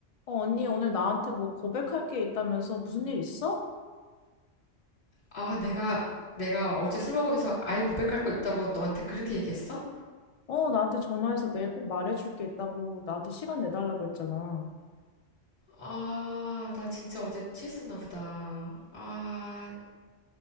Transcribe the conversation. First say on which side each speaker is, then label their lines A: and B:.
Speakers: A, on the left; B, on the left.
A: 어, 언니, 오늘 나한테 뭐 고백할 게 있다면서 무슨 일 있어?
B: 아, 내가, 내가 어제 술 먹으면서 아예 고백할 거 있다고 너한테 그렇게 얘기했어?
A: 어, 나한테 전화해서 내일 꼭 말해줄 게 있다고 나한테 시간 내달라고 했잖아.
B: 아, 나 진짜 어제 취했었나 보다. 아,